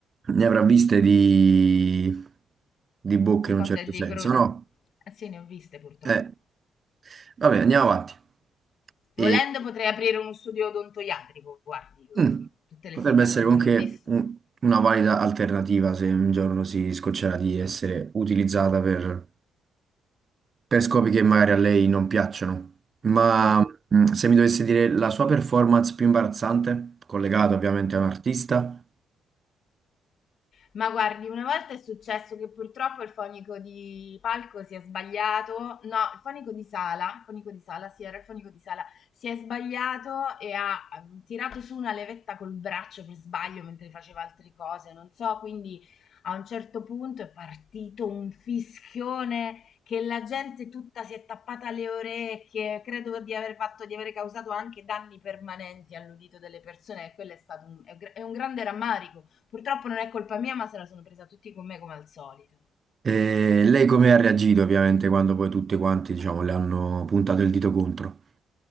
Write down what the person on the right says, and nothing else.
Ne avrà viste di, di bocche
in
un certo
senso,
no?
Eh, vabbè, andiamo avanti. E,
mm,
potrebbe
essere comunque
un- una valida alternativa se un giorno si scoccerà di essere utilizzata per per scopi che magari a lei non piacciono. Ma
mh, se mi dovesse dire la sua performance più imbarazzante, collegata ovviamente a un artista,
e lei come ha reagito ovviamente quando poi tutti quanti, diciamo, le hanno puntato il dito contro.